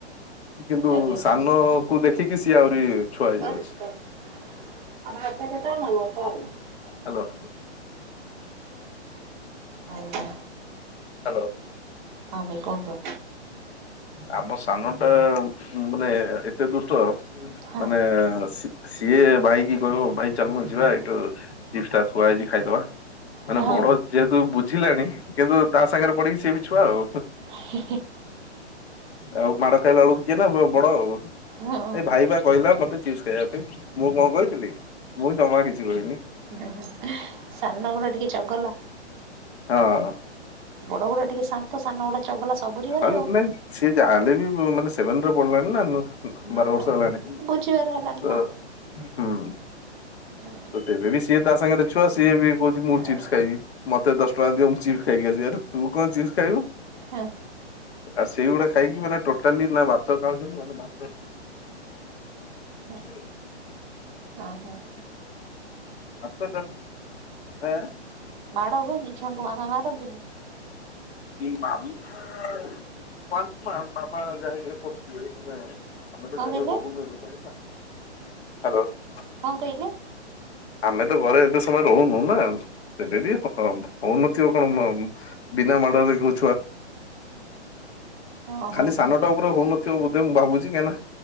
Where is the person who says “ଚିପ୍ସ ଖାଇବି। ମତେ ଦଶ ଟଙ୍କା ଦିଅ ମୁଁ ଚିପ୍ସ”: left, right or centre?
Left